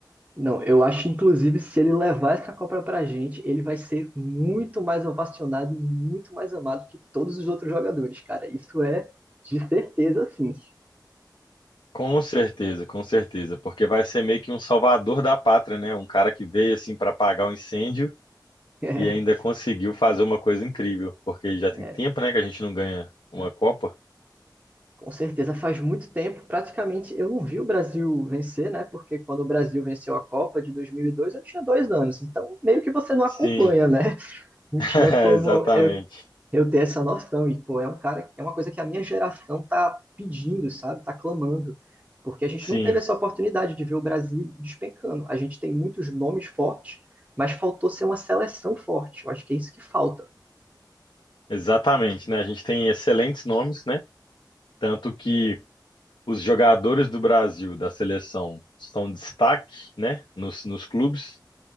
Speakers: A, on the right (about 20°); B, on the left (about 80°).
A: Não, eu acho inclusive se ele levar essa Copa pra gente, ele vai ser muito mais ovacionado e muito mais amado que todos os outros jogadores, cara. Isso é de certeza, sim.
B: Com certeza, com certeza, porque vai ser meio que um salvador da pátria, né? Um cara que veio assim para apagar o incêndio
A: <laughs>
B: e ainda conseguiu fazer uma coisa incrível, porque já tem
A: É,
B: tempo, né, que a gente não ganha uma
A: é,
B: Copa.
A: com certeza faz muito tempo, praticamente eu não vi o Brasil vencer, né? Porque quando o Brasil venceu a Copa de 2002, eu tinha dois anos, então meio que você não acompanha,
B: Sim,
A: né? Não
B: <laughs>
A: tinha como
B: é, exatamente.
A: eu eu ter essa noção. E, pô, é um cara, é uma coisa que a minha geração tá pedindo, sabe? Tá clamando. Porque a gente
B: Sim,
A: não teve essa oportunidade de ver o Brasil despencando. A gente tem muitos nomes fortes, mas faltou ser uma seleção forte. Eu acho que é isso que falta.
B: exatamente, né? A gente tem excelentes nomes, né? Tanto que os jogadores do Brasil, da seleção, são destaque, né, nos, nos clubes.